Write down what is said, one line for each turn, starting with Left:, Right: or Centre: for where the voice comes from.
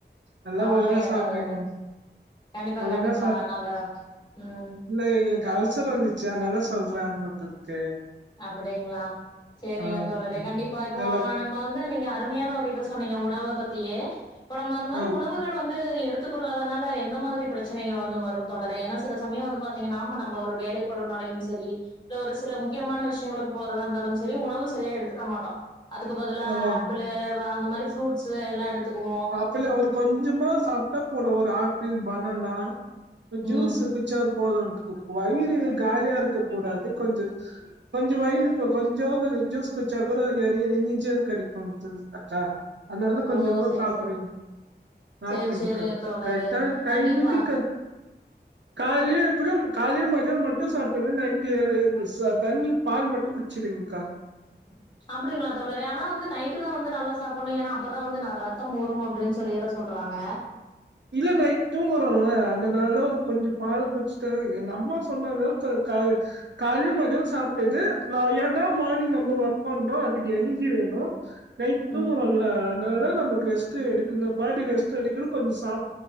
Right: நல்லா
Left: பரவாயில்லங்க
Right: ஒழுங்கா சாப்டுங்க
Left: தோழரே கண்டிப்பா
Right: ஒழுங்கா
Left: கண்டிப்பா
Right: சா
Left: னால ம்
Right: இல்ல எனக்கு அல்சர் வந்துச்சு அதனால சொல்றே அவுங்களுக்கு
Left: அப்டிங்களா சரிங்க
Right: ஆம்
Left: தோழரே கண்டிப்பா இப்போ
Right: நல்லா
Left: நம்ம வந்து நீங்க அருமையான ஒரு சொன்னீங்க உணவ பத்தியே இப்ப நம்ம அந்த மாரி
Right: ஆ
Left: உணவு க்கள் வந்து எடுத்துக்கொள்ளாதனால எந்த மாதிரி பிரச்சனைகள் வந்து வரும் தோழரே ஏன்னா சில சமயோம் வந்து பாத்தீங்கன்னா நாம நம்ம ஒரு வேலைக்கு பலுனாலயும் சரி இல்ல ஒரு சில முக் கியமான விஷயங்களுக்கு போறதா இருந்தாலும் சரி உணவு சரியா எடுத்துக்க மாட்டோ அதுக்கு பதுலாக
Right: ஆமா
Left: ஆப்பிள் அந்த மாதிரி ஃப்ரூட்ஸ் எல்லா எடுத்துக்குவோ
Right: பெல்ல ஒரு கொஞ்சமா சாப்ட்டா போதும் ஒரு ஆப்பிள் பனன்னா ஒரு ஜூஸ்
Left: ம்
Right: குச்சோ போதும் எனக்கு வயிறு காலியா இருக்க கூடாது கொஞ்ச கொஞ்ச வயறு போ கொஞ்சோபது ஜூஸ் குச்சா கொட நெறய எனர் சோ கடைக்கும் அக்கா அதனாலதா கொஞ்சமா
Left: ஓ சேரி
Right: சாப்புடு
Left: சேரி
Right: சாப்புடுங்கா
Left: சேரி சேரிங்க தோழரே
Right: கக்டான டைமுக்கு
Left: கண்டிப்பா
Right: க காலே எப்படியும் காலேயும், மதியோம் மட்டும் சாப்புடுவேன் நைட்டு முழுசா தண்ணி, பால் மட்டு சேரிங்க்கா
Left: <unintelligible> அப்படிங்களா தோழரே ஆனா வந்து நைட்டு தா வந்து நல்லா சாப்ட்ணும் ஏன்னா அப்பதா வந்து ரத்தம் ஊரும் அப்படின் சொல்லி எல்லாம் சொல்றாங்க.
Right: இல்ல நைட்டு தூங்குறோம்ல அந்தனால ஒரு கொஞ்சம் பால குடிச்சுட்டா எங்க அம்மா சொன்னாங்க சொல் கா காலையும், மதியோம் சாப்ட்டது நா ஏன்னா மார்னிங் நம்ம ஒர்க் பண்றோம் அதுக்கு எனர்ஜி வேணும் நைட்டும்
Left: ம்
Right: நல்லா அதனால நமக்கு ரெஸ்ட் எடுக்கனா பாடி ரெஸ்ட்டு எடுக்கும் கொஞ்ச சாப்